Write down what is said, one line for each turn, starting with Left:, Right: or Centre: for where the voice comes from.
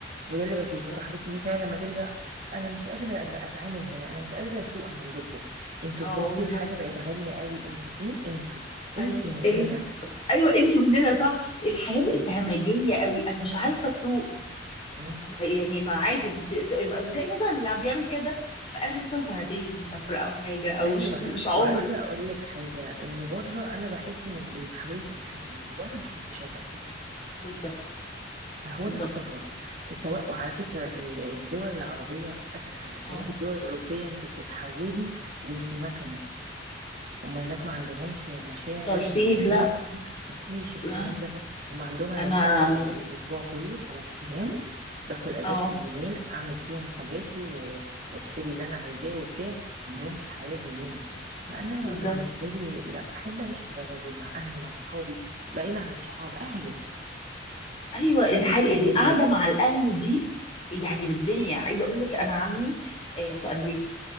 Right: وده اللي بشوفه
Left: بالظبط
Right: صاحبتي دي فعلا لما ترجع انا مش قادره أ- اتعامل هنا انا مش قادره اسوق عندكم انتوا
Left: اه
Right: بجد
Left: بالظبط
Right: الحاجه بقت غاليه قوي انتوا مين انتوا انت
Left: ايوه
Right: من
Left: ال...
Right: هنا
Left: ايوه انت مننا صح الحياة بقت
Right: إن-
Left: همجية قوي انا
Right: مم.
Left: مش عارفة اسوق
Right: مم.
Left: طب يعني ما عادي ما انت وتلاقي مثلا اللي عم بيعمل كده بقالها مثلا سنتين مسافرة او حاجة او
Right: ايوه
Left: مش مش عمر
Right: وعايزه اقول لك حاجه ان بره
Left: مم.
Right: انا بحس انك بتحولي الانسان آلي وانا ما احبش ابقى كده
Left: بالظبط
Right: فهو
Left: بالظبط
Right: ده السفر سواء وعلى فكره ال- الدول العربيه اسهل لكن
Left: اه
Right: انت الدول الاوروبيه انت بتتحولي لانت مكنه هم هناك ما عندهمش مشاعر
Left: ترفيه
Right: ما عندهم
Left: لا
Right: ما فيش الكلام
Left: لا
Right: ده هم عندهم انا
Left: انا
Right: بشتغل الاسبوع كله خمس ايام باخد اجازة
Left: اه
Right: اليومين اعمل فيهم حاجاتي و... واشتري اللي انا عايزاه وبتاع ما عندهمش حياة زينا فانا
Left: بالظبط
Right: بالنسبة لي لا احب اعيش في بلدي مع اهلي مع صحابي بعيد عن الصحاب اهلك
Left: ايوه الحاجة
Right: الناس اللي
Left: القعدة
Right: منك
Left: مع الاهل دي يعني بالدنيا عايزة اقول لك انا عمي آه، في امريكا